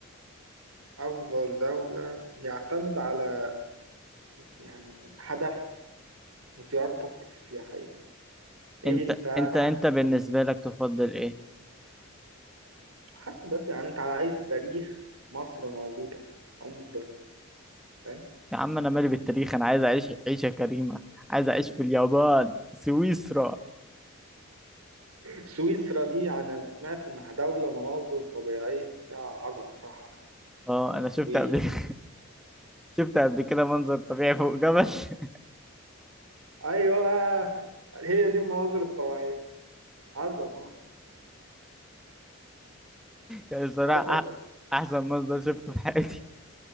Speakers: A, on the right (about 90°); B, in the centre.
A: افضل دولة يعتمد على يعني هدف زيارتك السياحية ايه
B: انت
A: انت يعني
B: انت انت
A: عايز
B: بالنسبة
A: إيه؟
B: لك تفضل ايه
A: حسب بس يعني انت عايز تاريخ مصر موجودة ام الدنيا فاهم
B: يا عم انا مالي بالتاريخ انا عايز اعيش عيشة كريمة عايز اعيش في اليابان سويسرا
A: سويسرا دي انا سمعت انها دولة مناظر طبيعية عظمة صراحة
B: اه انا شفت
A: و...
B: قبل <laughs> شفت قبل كده منظر طبيعي فوق جبل <laughs>
A: ايوه هي دي المناظر الطبيعيه عظمه
B: يعني بصراحة
A: مش عايز أقول.
B: أح- احسن منظر شفته في حياتي